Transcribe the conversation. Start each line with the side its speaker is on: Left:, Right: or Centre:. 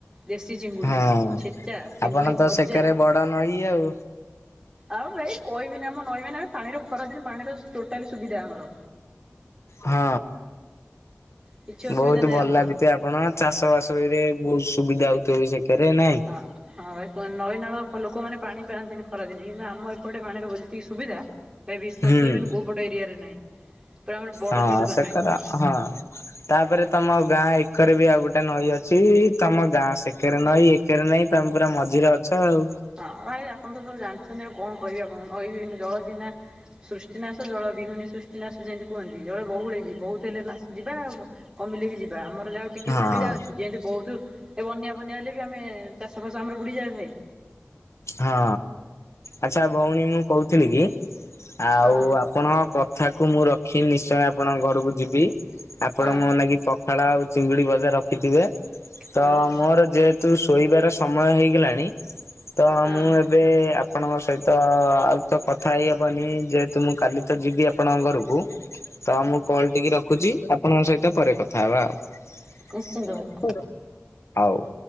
Right: ଦେଶୀ ଚିଙ୍ଗୁଡିି
Left: ହଁ
Right: ଛେଚ୍ଚା ଚିଙ୍ଗୁଡିୀ
Left: ଆପଣ ତ
Right: ଭଯା।
Left: ସେକରେ ବଡ ନଈ ଆଉ।
Right: ଆଉ ଭାଇ କହିବିନି ଆମ ନହିବ ଆମେ ପାଣିର ଖରାଦିନ ପାଣିର ଟୋଟାଲି ସୁବିଧା ଆମର।
Left: ହଁ
Right: କିଛି ଅସୁବିଧା
Left: ବହୁତ
Right: ନାହିଁ
Left: ଭଲ
Right: ଆମର।
Left: ଲାଗ ଏତେ ଆପଣ ଚାଷ ବାସରେ ବହୁତ ସୁବିଧା ହୋଉଥିବ ସେକରେ ନାଇଁ।
Right: ହଁ ହଁ ଭାଇ କୁହ ନଈ ନାଳ ଲୋକମାନେ ପାଣି ପାଆନ୍ତିନି ଖରାଦିନେ କିନ୍ତୁ ଆମ ଏପଟେ ପାଣିର ଯେତିକି ସୁବିଧା ଭାଇ ବିଶ୍ଵାସ
Left: ହୁଁ।
Right: କରିବନି କୋଉ ପଟ ଏରିଆରେ ନାହିଁ ପୁରା ଆମର ବଡ଼
Left: ହଁ
Right: ବିରବା
Left: ସେକର
Right: ନୁଁହେଁ।
Left: ହଁ। ତାପରେ ତମ ଗାଁ ଏକରେ ବି ଆଉ ଗୋଟେ ନଈ ଅଛି ତମ ଗାଁ ସେକରେ ନଈ ଆକରେ ନାଇଁ ତାେ ପୁରା ମଝିରେ ଅଛ ଆଉ।
Right: ହଁ ଭାଇ ଆପଣ ତ ସବୁ ଜାଣିଛନ୍ତି ଆଉ କଣ କହିବେ ଆପଣ ନଈ ବିନା ଜଳ ବିନା ସୃଷ୍ଟିନାଶ ଜଳ ବିହୁନୀ ସୃଷ୍ଟିନାଶ ଯେମିତି କୁହନ୍ତି ଜଳ ବହୁଳ ବି ବହୁତ ହେଲେ ଯିବା ଆଉ କଣ। କମିଲେକି ଯିବା ଆମ ଯାହା ଟିକେ
Left: ହଁ।
Right: ସୁବିଧା ଅଛି ଯେମିତି ବହୁତ ଏ ବନ୍ୟା ବନ୍ୟା ହେଲେ ବି ଆମେ ଚାଷ ଫାସ ଆମର ବୁଡ଼ିଯାଏ ଭାଇ।
Left: ହଁ ଆଚ୍ଛା ଭଉଣୀ ମୁଁ କହୁଥିଲି କି ଆଉ
Right: ହଁ
Left: ଆପଣଙ୍କ କଥାକୁ ମୁଁ ରଖି ନିଶ୍ଚୟ ଆପଣଙ୍କ ଘରକୁ ଯିବି ଆପଣ
Right: ହଁ।
Left: ମୋ ଲାଗି ପ ପଖାଳ ଆଉ ଚିଙ୍ଗୁଡି ବଜା ରଖିଥିବେ
Right: ହଁ
Left: ତ ମୋର ଯେ ତୁ ଶୋଇବାର ସମୟ ହେଇଗଲାଣି ତ
Right: ହଁ
Left: ମୁଁ ଏବେ ଆପଣଙ୍କ ସହିତ ଆଉ ତ କଥା ହେଇହବନି ଯେହେତୁ ମୁଁ କାଲି ତ ଯିବି ଆପଣଙ୍କ ଘରକୁ ତ ମୁଁ କଲ୍ ଟିକେ ରଖୁଚି ଆପଣଙ୍କ ସହିତ ପରେ କଥା ହବା ଆଉ।
Right: ନିଶ୍ଚିନ୍ତ ଭାଇ।
Left: ଆଉ।